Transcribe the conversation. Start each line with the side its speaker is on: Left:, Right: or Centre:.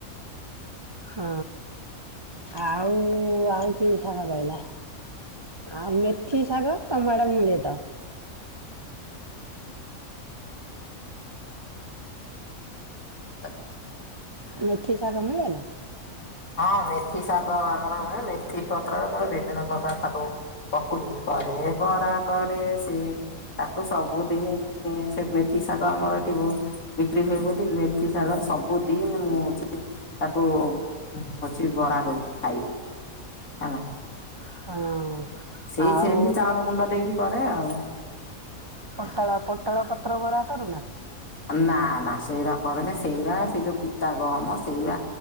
Right: ହଁ। ଆଉ ଆଉ କି ଶାଗ ରହିଲା। ଆମେ କି ଶାଗ ତମଆଡେ ମିଳେ ତ।
Left: ତ
Right: ମେଥି ଶାଗ ମିଳେନା।
Left: ହଁ ମେଥି ଶାଗ ଆ ଆମର ମେଥି ପତ୍ରରେ ଆମର ବିଭିନ୍ନ ପ୍ରକାର ଶାଗ ହୁଏ। ପକୁଡ଼ି କରେ, ବରା କରେ। ତାକୁ ସବୁଦିନ ହିଁ ସେ ମେଥି ଶାଗ ଆମର ଏଠି ବହୁତ୍ ବିକ୍ରି ହୁଏ ବୋଲି ମେଥି ଶାଗର ସବୁ ଦିନି ମୁଁ ହଉଛି ତାକୁ ଅଛି ବରା କରିକି ଖାଇବି ହେଲା।
Right: ହଁ।
Left: ସେଇ
Right: ଆଉ
Left: ସେମିତି ଚାଉଳ ଗୁଣ୍ଡ ଦେଇକି କରେ ଆଉ
Right: ପୋଟଳ ପୋଟଳ ପତ୍ର ବରା କରୁନା।
Left: ନା ନା ସେଇଟା କରେନି, ସେଇଟା ସେଇ ଯୋଉ ପିତା ଗହମ ସେଇଟା